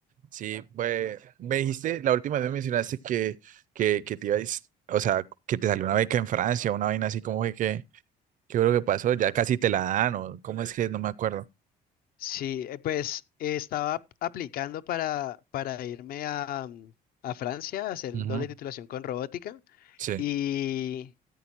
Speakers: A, on the right; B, on the left.
A: Sí, pues me dijiste, la última vez me mencionaste que, que, que te ibas o sea, que te salió una beca en Francia, una vaina así como que, que, ¿qué fue lo que pasó? Ya casi te la dan, o cómo es que no me acuerdo.
B: Sí, eh, pues eh, estaba ap- aplicando para, para irme a, mm, a Francia a hacer
A: Ujú.
B: doble titulación con robótica.
A: Sí,
B: Y,